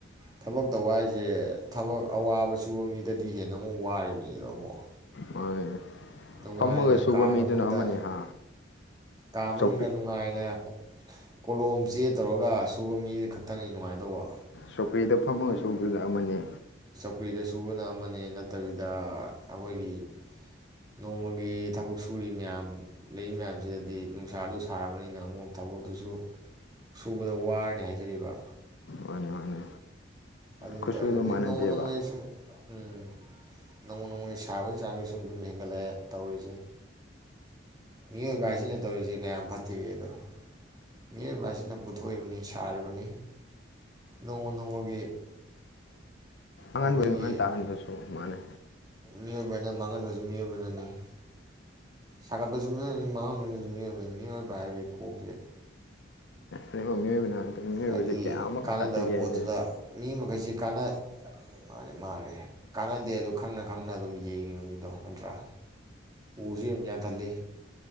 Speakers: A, on the right; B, on the left.
A: ꯊꯕꯛ ꯇꯧꯕ ꯍꯥꯏꯁꯦ ꯊꯕꯛ ꯑꯋꯥꯕ ꯁꯨꯕ ꯃꯤꯗꯗꯤ ꯍꯦꯟꯅ ꯑꯃꯨꯛ ꯋꯥꯔꯤꯕꯅꯤꯗꯣ ꯑꯃꯨꯛ
B: ꯃꯥꯅꯦ
A: ꯅꯨꯡꯉꯥꯏꯅ
B: ꯐꯝꯃꯒ ꯁꯨꯕ
A: ꯀꯥ
B: ꯃꯤꯗꯨꯅ
A: ꯃꯅꯨꯡꯗ
B: ꯑꯃꯅꯤ ꯍꯥ
A: ꯀꯥ ꯃꯅꯨꯡꯗ
B: ꯆꯧꯀ꯭ꯔꯤ
A: ꯅꯨꯡꯉꯥꯏꯅ ꯀꯣꯂꯣꯝ ꯆꯦ ꯇꯧꯔꯒ ꯁꯨꯕ ꯃꯤꯗꯨ ꯈꯛꯇꯅꯤ ꯅꯨꯡꯉꯥꯏꯗꯧꯕ
B: ꯆꯣꯀ꯭ꯔꯤꯗ ꯐꯝꯃꯒꯁꯨ ꯑꯃꯅꯤ
A: ꯀꯨꯏꯅ ꯁꯨꯕꯅ ꯑꯃ ꯅꯠꯇꯕꯤꯗ ꯑꯩꯈꯣꯏꯒꯤ ꯅꯣꯡꯃꯒꯤ ꯊꯕꯛ ꯁꯨꯔꯤ ꯃꯌꯥꯝ ꯂꯩ ꯃꯌꯥꯝꯁꯤꯗꯗꯤ ꯅꯨꯡꯁꯥꯗꯨ ꯁꯥꯔꯕꯅꯤꯅ ꯑꯃꯨꯛ ꯊꯕꯛꯇꯨꯁꯨ ꯁꯨꯕꯗ ꯋꯥꯔꯅꯤ ꯍꯥꯏꯖꯔꯤꯕ
B: ꯃꯥꯅꯦ ꯃꯥꯅꯦ
A: ꯑꯗꯨꯅ
B: ꯈꯨꯠꯁꯨꯗꯣ
A: ꯇꯧꯋꯤ ꯑꯗꯨꯗꯩ
B: ꯃꯥꯟꯅꯗꯦꯕ
A: ꯅꯣꯡꯃ ꯅꯣꯡꯃꯒꯤ ꯁꯨꯝ ꯎꯝ ꯅꯣꯡꯃ ꯅꯣꯡꯃ ꯁꯥꯕꯩ ꯆꯥꯕꯒꯤ ꯁꯨꯝ ꯑꯗꯨꯝ ꯍꯦꯟꯒꯠꯂꯛꯑꯦ ꯇꯧꯔꯤꯁꯦ ꯃꯤꯑꯣꯏꯕ ꯍꯥꯏꯁꯤꯅ ꯇꯧꯔꯤꯁꯦ ꯀꯌꯥꯝ ꯐꯠꯇꯦꯒꯦꯗꯣ ꯃꯤꯑꯣꯏꯕ ꯑꯁꯤꯅ ꯄꯨꯊꯣꯛꯏꯕꯅꯤ ꯁꯥꯔꯤꯕꯅꯤ ꯅꯣꯡꯃ ꯅꯣꯡꯃꯒꯤ
B: ꯑꯩꯈꯣꯏ
A: ꯑꯩꯈꯣꯏꯒꯤ
B: ꯃꯥꯛꯍꯟ ꯇꯥꯍꯟ ꯕꯁꯨ ꯃꯥꯅꯦ
A: ꯃꯤꯑꯣꯏꯕꯅ ꯃꯥꯡꯍꯟꯕꯁꯨ ꯃꯤꯑꯣꯏꯕꯅꯅꯤ ꯁꯥꯒꯠꯄꯁꯨ ꯃꯤꯑꯣꯏꯅꯤ ꯃꯥꯡꯉꯝꯕꯅꯁꯨ ꯃꯤꯑꯣꯏꯅꯤ ꯃꯤꯑꯣꯏꯕ ꯍꯥꯏꯕꯗꯤ ꯀꯣꯛꯁꯦ
B: ꯇꯥꯏꯕꯪ ꯃꯤꯑꯣꯏꯕꯅ ꯉꯥꯛꯇꯅꯤ ꯃꯤꯑꯣꯏꯕꯁꯦ
A: ꯍꯥꯏꯗꯤ
B: ꯀꯌꯥꯃꯨꯛ
A: ꯀꯥꯟꯅꯗꯕ
B: ꯁꯥꯊꯤꯒꯦ
A: ꯄꯣꯠꯇꯨꯗ
B: ꯍꯥꯏꯁꯦ
A: ꯃꯤ ꯃꯈꯩꯁꯦ <unintelligible> ꯀꯥꯟꯅꯗꯦ ꯑꯗꯨ ꯈꯪꯅ ꯈꯪꯅ ꯑꯗꯨꯝ ꯌꯦꯡꯉꯤꯕꯅꯤꯗꯣ ꯅꯠꯇ꯭ꯔꯥ ꯎꯁꯨ ꯌꯥꯝ ꯌꯥꯟ ꯊꯜꯂꯤ